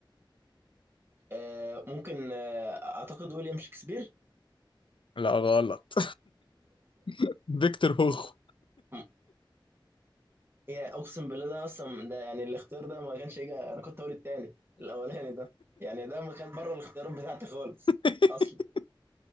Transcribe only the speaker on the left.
لا غلط <laughs> فيكتور هوخو
<laughs>